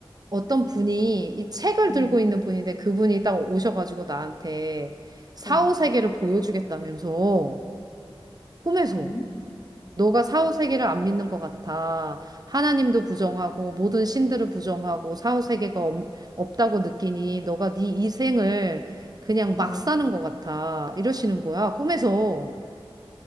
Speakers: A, on the right (about 45°); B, on the left (about 30°).
A: 어떤 분이 이 책을
B: 음,
A: 들고 있는 분인데 그분이 딱 오셔가지고 나한테 사후
B: 어,
A: 세계를 보여주겠다면서 꿈에서
B: 음,
A: 너가 사후 세계를 안 믿는 것 같아. 하나님도 부정하고 모든 신들을 부정하고 사후 세계가 없, 없다고 느끼니 너가 네 이생을 그냥 막
B: 어,
A: 사는
B: 어,
A: 것 같아. 이러시는 거야. 꿈에서.